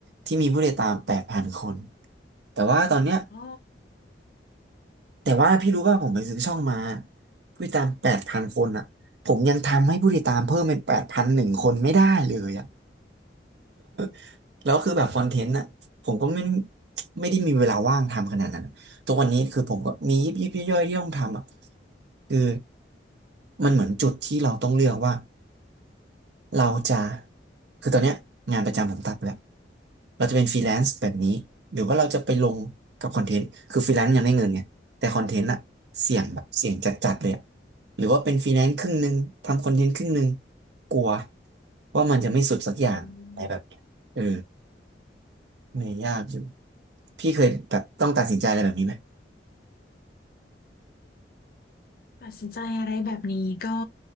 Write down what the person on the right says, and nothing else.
ที่มีผู้ติดตามแปดพันคนแต่ว่าตอนเนี้ย
แต่ว่าพี่รู้ว่าผมไปซื้อช่องมาผู้ติดตามแปดพันคนอ่ะผมยังทำให้ผู้ติดตามเพิ่มเป็นแปดพันหนึ่งคนไม่ได้เลยอ่ะ <laughs> แล้วคือแบบคอนเทนต์น่ะผมก็ไม่ไม่ได้มีเวลาว่างทำขนาดนั้นอะทุกวันนี้คือผมก็มียิบยิบย่อยๆที่ต้องทำอ่ะคือมันเหมือนจุดที่เราต้องเลือกว่าเราจะคือตอนเนี้ยงานประจำผมตัดไปแล้วเราจะเป็นฟรีแลนซ์แบบนี้หรือว่าเราจะไปลงกับคอนเทนต์คือฟรีแลนซ์ยังได้เงินไงแต่คอนเทนต์อะเสี่ยงแบบเสี่ยงจัดๆเลยอะ
หรือว่าเป็นฟรีแลนซ์ครึ่งหนึ่งทำคอนเทนต์ครึ่งหนึ่งกลัวว่ามันจะไม่สุดสักอย่างอะไรแบบเนี้ยเออ
ไม่อยยากอยู่พี่เคยแบบต้องตัดสินใจอะไรแบบนี้ไหม